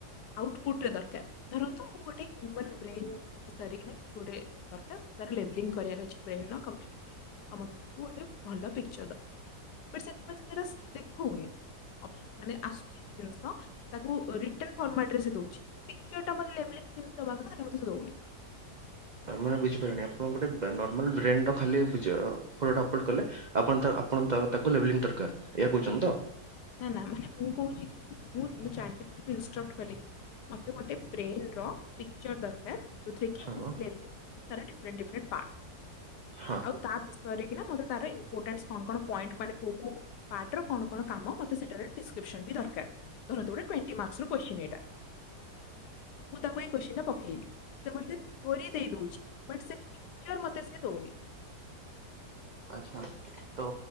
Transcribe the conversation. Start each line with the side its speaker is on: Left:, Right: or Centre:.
Left: ଆଉଟପୁଟରେ ଦରକାର। ଧରନ୍ତୁ ମୁଁ ଗୋଟେ ହ୍ୟୁମାନ ବ୍ରେନ୍ ସାରିକିନା କିଛି ଗୋଟେ ଦରକାର ଲେବଲିଂ କରିଆର ଅଛି ବ୍ରେନର କମ୍ପଲିଟଲି, ଆଉ ମତେ ତାକୁ ଗୋଟେ ଭଲ ପିକଚର ଦବାର ଅଛି। ବଟ ସେଥିରେ <unintelligible> ଦେଖଉନି। ଅପସନ୍ ମାନେ ଆସୁଛି ଏ ଜିନିଷ ତାକୁ ରିଟର୍ନ ଫର୍ମାଟରେ ସେ ଦଉଛି, ପିକଚରଟା ମତେ ଲେବଲିଂ ଯେମତି ଦବା କଥା ସେଇଟା ସେ ମତେ ଦଉନି।
Right: ମାନେ ବୁଝିପାରୁନି ଆପଣ ଗୋଟେ ନର୍ମାଲ ବ୍ରେନର ଖାଲି ପିଚ ଫଟଟା ଅପଲୋଡ କଲେ। ଆପଣ ତାର ଆପଣ ତ ତାକୁ ଲେବଲିଙ୍ଗ ଦରକାର, ଏୟା କହୁଚନ୍ତି ତ?
Left: ନା-ନା ମାନେ ମୁଁ କହୁଚି କି ମୁଁ ମୁଁ ଚାଟ୍ ଜି ପି ଟି କୁ ଇନଷ୍ଟ୍ରକ୍ଟ କଲି ମତେ ଗୋଟେ ବ୍ରେନର ପିକ୍ଚର୍ ଦରକାର ଯୋଉଥିରେ କି ଏମିତି
Right: ହଁ
Left: ଏମିତି ଲେବଲିଙ୍ଗି ହେଇଥିବ ତାର ଡିଫ୍ରେଣ୍ଟ ଡିଫ୍ରେଣ୍ଟ ପାଟ।
Right: ହଁ
Left: ଆଉ ବିଷୟରେ କିନା ମତେ ତାର ମ୍ପୋଟାନ୍ସ କଣ କଣ ପଏଣ୍ଟ ମାନେ କୋଉ କୋଉ ପାର୍ଟର କଣ କଣ କାମ ମତେ ସେଟାର ଡିଷ୍କ୍ରିପସନ୍ ବି ଦରକାର। ଧରନ୍ତୁ ଗୋଟେ ଟ୍ବେଣ୍ଟି ମାର୍କସର କ୍ୱେଶ୍ଚିଁ ଏଇଟା ମୁଁ ତାକୁ ଏଇ କୋଶ୍ଚି ଟା ପକେଇଲି। ସେ ମୋତେ ଷ୍ଟୋରୀ ଦେଇଦୋଉଛି ବଟ ସେ ପିକ୍ଚର୍ ମତେ ସେ ଦୋଉନି।
Right: ଆଚ୍ଛା ତ